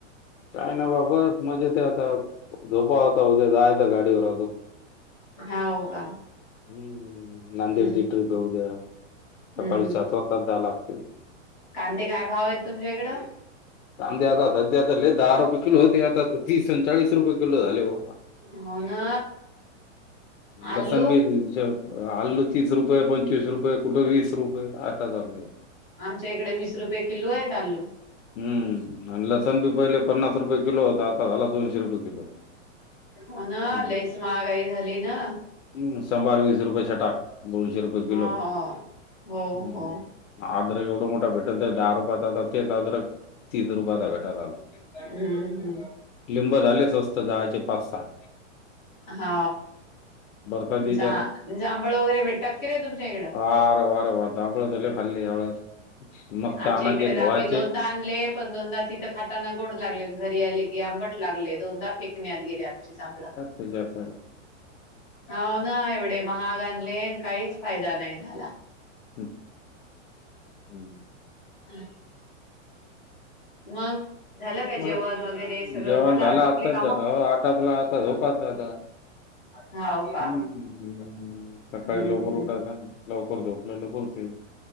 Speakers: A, on the left; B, in the centre.
A: काय ना बाबा मजेत आता झोपा होता उद्या जायता गाडीवर अूजुन
B: हाव का.
A: हम् नांदेडची
B: हम्म
A: ट्रिप येऊ दया सकाळी
B: हम्म
A: सात वाजता जा लागते.
B: कांदे काय भाव आहेत तुमच्या कडं.
A: कांदे आता सध्या दहा रुपये किलो होते. आता तर तीस चाळीस रुपये किलो झाले बा.
B: हो ना आलू
A: लसूण भी आलू तीस रुपये पंचवीस रुपये कुठे वीस रुपये आता चलं
B: आमच्या इकडे वीस रुपये किलो आहे आलू.
A: हम्म आणि लसणं बी पहिले पन्नास रुपये किलो होता. आता झाला दोनशे रुपये किलो.
B: हो ना
A: हम्म
B: लईचं महागाई झाली ना.
A: हम्म <unintelligible> वीस रुपये छटा दोनशे रुपये किलो
B: हो हो
A: हम्म.
B: हो
A: आद्रक एवढा मोठा भेटल दहा रुपयातं ते आद्रक तीस रुपयाला भेटायला लागला.
B: हम्म, हम्म.
A: लिंब झाले स्वस्त दहाचे पाच सहा.
B: हा
A: बरसात बीजाला
B: जां जांभळ वगैरे भेटतात किनी तुमच्या इकडं.
A: हा रवा राव जांभळं तर लई खाल्ले ह्या वेळेस मस्त
B: आमच्या
A: आणायचे
B: इकडे तर
A: धुवाचे.
B: आम्ही दोनदा आणले पण दोनदा तिथं खाताना गोड लागले घरी आले की आंबट लागले दोनदा फेक पुण्यात गेले आमचे जांभळं.
A: त्यात पण.
B: हो ना एवढे महाग आणले काहीचं फायदा नाही झाला.
A: हम्म हम्म.
B: <inaudible> मग. झालं का
A: मंग
B: जेवण वगैरे सगळं
A: जेवणं झालं
B: आटोपले
A: आताचं
B: काम?
A: हो आटापला आता झोपाचं आता.
B: हाव का
A: हम् <unintelligible>
B: हम्म
A: सकाळी लवकर
B: हम्म
A: उठायचं. लवकर झोपलेलं <unintelligible>